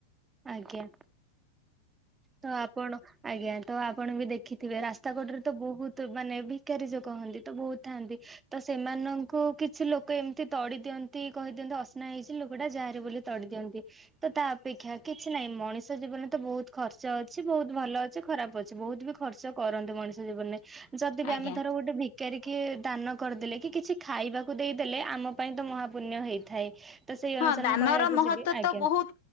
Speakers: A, on the right; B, on the left.
A: ଆଜ୍ଞା। ତ ଆପଣ ଆଜ୍ଞା ତ ଆପଣ ବି ଦେଖିଥିବେ ରାସ୍ତା କଡରେ ତ ବହୁତ ମାନେ ଭିକାରୀ ଯୋଗ ହୁନ୍ତି ତ ବହୁତ ଥାଆନ୍ତି। ତ ସେମାନଙ୍କୁ କିଛି ଲୋକ ଏମିତି ତଡି ଦିଅନ୍ତି କହିଦିଅନ୍ତି ଅସ୍ନା ହେଇଛି ଲୋକଟା ଯାହାହାରୀ ବୋଲି। ତଡ଼ି ଦିଅନ୍ତି ତ ତା ଅପେକ୍ଷା କିଛି ନାହିଁ ମଣିଷ ଜୀବନ ତ ବହୁତ ଖର୍ଚ୍ଚ ଅଛି ବହୁତ ଭଲ ଅଛି ଖରାପ ଅଛି ବହୁତ ବି ଖର୍ଚ୍ଚ କରନ୍ତି ମଣିଷ ଜୀବନରେ। ଯଦି ବି
B: ଆଜ୍ଞା
A: ଆମେ ଥର ଗୋଟେ ଭି କରିକି ଦାନ କରିଦେଲେ କି କିଛି ଖାଇବାକୁ ଦେଇଦେଲେ ଆମ ପାଇଁ ତ ମହାପୁଣ୍ୟ ହେଇଥାଏ। ତ ସେଇ
B: ହଁ
A: ଅନୁସାରେ
B: ଦାନର
A: ମୁଁ କହିବାକୁ
B: ମହତ୍ଵ
A: ଯିବି ଆଜ୍ଞା
B: ତ ବହୁତ